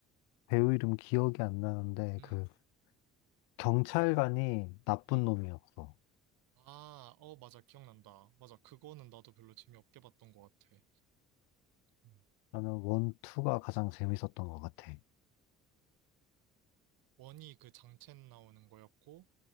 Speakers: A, on the left; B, on the right.
A: 배우 이름 기억이 안 나는데
B: 음,
A: 그 경찰관이 나쁜
B: 음.
A: 놈이었어.
B: 아, 어, 맞아. 기억난다. 맞아. 그거는 나도 별로 재미없게 봤던 것 같아. 음.
A: 나는 원, 투가 가장 재밌었던 것 같아.
B: 원이 그 장첸 나오는 거였고,